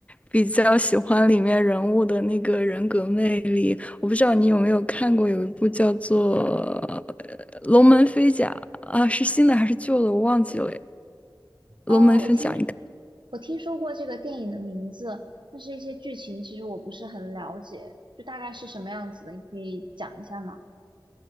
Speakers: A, on the left; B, on the right.
A: 比较喜欢里面人物的那个人格魅力。我不知道你有没有看过，有一部叫做呃龙门飞甲》啊，是新的还是旧的？我忘记了。
B: 哦，
A: 《龙门飞甲》，
B: 我听
A: 你看。
B: 我听说过这个电影的名字，但是一些剧情其实我不是很了解，就大概是什么样子的，你可以讲一下吗？